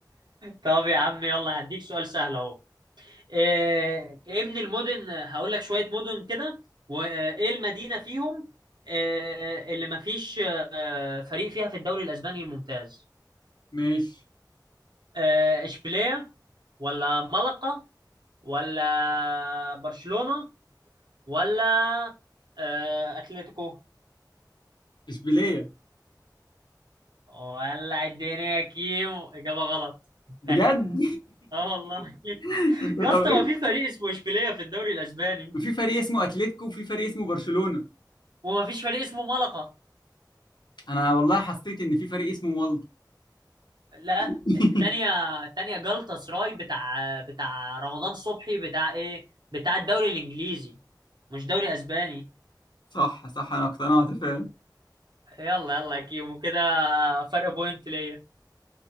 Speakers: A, on the right; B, on the left.
A: طب يا عم يلا هديك سؤال سهل اهو آه، ايه من المدن هقول لك شوية مدن كده وايه المدينة فيهم آه، اللي مفيش آه، فريق فيها في الدوري الاسباني الممتاز
B: ماشي
A: آه، اشبيلية ولا ملقا ولا برشلونة ولا آه، اتلتيكو
B: اشبيلية
A: ولا الدنيا يا كيمو اجابة غلط <laughs>
B: بجد
A: اه والله
B: <laughs> انت
A: يا
B: طب
A: اسطى
B: ايه
A: ما في فريق اسمه اشبيلية في الدوري الاسباني
B: في فريق اسمه اتلتيكو وفي فريق اسمه برشلونة
A: وما فيش فريق اسمه ملقا
B: انا والله حسيت ان في فريق اسمه والله
A: لا
B: <laughs>
A: التانية التانية جلطة سراي بتاع بتاع رمضان صبحي بتاع ايه بتاع الدوري الانجليزي مش دوري اسباني
B: صح صح انا اقتنعت فعلا
A: يلا يلا يا كيمو كده فرق بوينت ليا